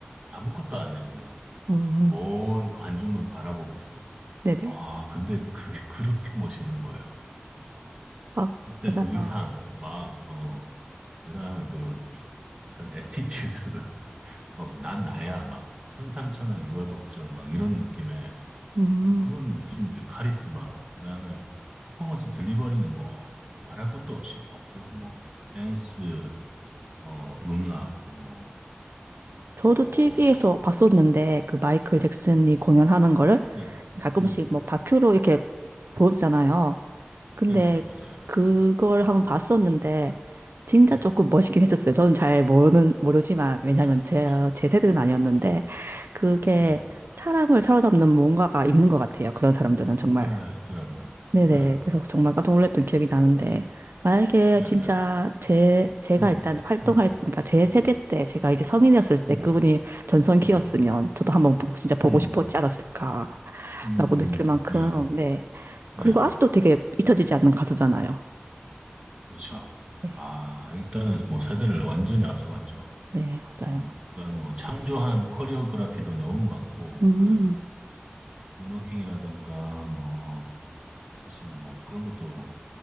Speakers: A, on the right; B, on the right.
A: 아무것도 안 해요 그냥
B: 음,
A: 그 먼 관중만 바라보고 있어.
B: 네네.
A: 아, 근데 그게 그렇게 멋있는 거예요. 어,
B: 아,
A: 일단
B: 맞아요.
A: 의상, 막, 어, 그 다음에 그, 약간 애티튜드, <laughs> 막, 난 나야, 막, 천상천하 유아독전, 막, 이런 느낌의,
B: 음,
A: 그런 느낌들, 카리스마, 그 다음에 퍼포먼스 딜리버리는 뭐, 말할 것도 없이, 없고, 뭐, 댄스, 어, 음악, 뭐,
B: 저도
A: 뭐,
B: TV에서 봤었는데, 그 마이클 잭슨이 공연하는 거를
A: 네,
B: 가끔씩
A: 네네,
B: 뭐 다큐로 이렇게 보여주잖아요. 근데
A: 네네네, 맞아요.
B: 그걸 한번 봤었는데, 진짜
A: 네,
B: 조금 멋있긴 했었어요. 저는 잘 모르는, 모르지만, 왜냐면
A: 정말
B: 제,
A: 멋있어요.
B: 제 세대는
A: 네,
B: 아니었는데,
A: 네,
B: 그게
A: 네네네.
B: 사람을 사로잡는 뭔가가 있는 것 같아요. 그런 사람들은 정말.
A: 예, 있더라고요.
B: 네네.
A: 예,
B: 그래서 정말 깜짝 놀랐던 기억이 나는데, 만약에
A: 예, 예.
B: 진짜 제, 제가
A: 음,
B: 일단 활동할,
A: 음,
B: 그러니까 제
A: 음,
B: 세대 때, 제가 이제 성인이었을 때
A: 음,
B: 그분이 전성기였으면
A: 음,
B: 저도 한번 보고, 진짜 보고
A: 음,
B: 싶었지 않았을까라고
A: 음,
B: 느낄 만큼,
A: 네,
B: 네.
A: 네,
B: 그리고 아직도 되게 잊혀지지 않는 가수잖아요.
A: 그렇죠.
B: 네.
A: 아, 일단은 뭐 세대를 완전히 앞서갔죠.
B: 네, 맞아요.
A: 어, 그다음에 뭐 창조한 코리오그라피도 너무 많고,
B: 음.
A: 예, 문워킹이라든가 뭐 사실 뭐 그런 것도